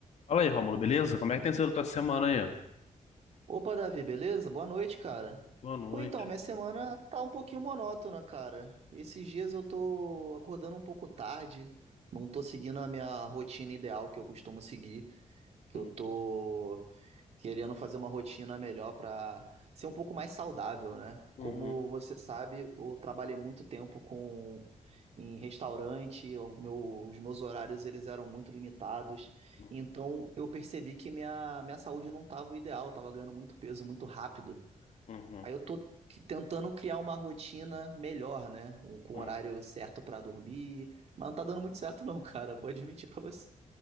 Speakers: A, on the left; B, on the right.
A: Fala aí, Rômulo, beleza? Como é que tem sido a tua semana aí?
B: Opa, Davi, beleza? Boa noite, cara.
A: Boa noite.
B: Pô, então, minha semana tá um pouquinho monótona, cara. Esses dias eu tô acordando um pouco tarde, não tô seguindo a minha rotina ideal que eu costumo seguir, que
A: Uhum,
B: eu tô querendo fazer uma rotina melhor para ser um pouco mais saudável, né?
A: uhum,
B: Como você sabe, eu trabalhei muito tempo com em restaurante, o meu- os meus horários eles eram muito limitados.
A: uhum,
B: Então eu percebi que minha, minha saúde não estava o ideal, eu estava ganhando muito peso muito rápido.
A: uhum,
B: Aí eu tô que- tentando criar uma rotina melhor, né? Um, com
A: uhum.
B: horário certo para dormir, mas não tá dando muito certo não, <laughs> cara. Vou admitir para você.